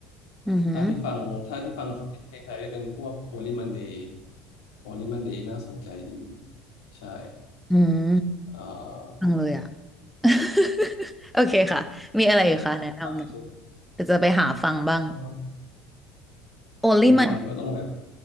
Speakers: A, in the centre; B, on the left.
A: อือหือ
B: ถ้าที่ฟังถ้าที่ฟังช่วงนี้เพลงไทยจะเป็นพวก Only Monday Only Monday น่าสนใจดีใช่
A: อืม
B: เอ่อ
A: ฟังเลยอ่ะ <laughs> โอเคค่ะมีอะไรอีกคะแนะนำหน่อย
B: เ
A: เดี๋ยวจะไปหาฟังบ้าง
B: อ่อ
A: โอลิมัน
B: เพลงไทยก็ต้องแบบ